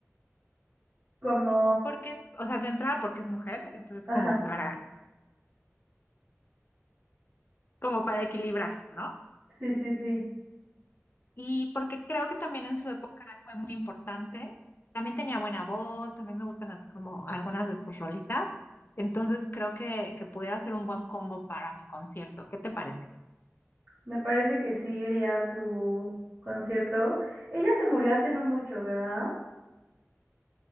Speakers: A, on the right; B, on the left.
A: Como...
B: porque, o sea, de entrada porque es mujer, entonces
A: Ajá,
B: como para, como para equilibrar, ¿no?
A: sí, sí, sí.
B: Y porque creo que también en su época fue muy importante. También tenía buena voz, también me gustan así como algunas de sus rolitas. Entonces creo que, que pudiera ser un buen combo para mi concierto. ¿Qué te parece?
A: Me parece que sí iría a tu concierto. Ella se murió hace no mucho, ¿verdad?